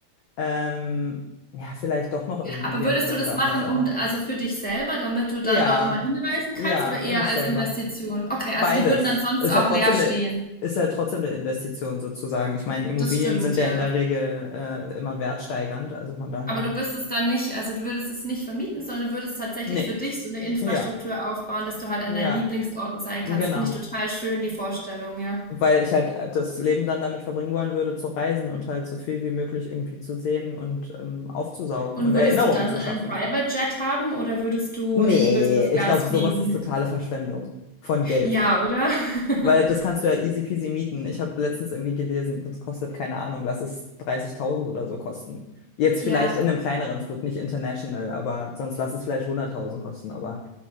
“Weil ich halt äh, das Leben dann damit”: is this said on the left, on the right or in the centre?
Left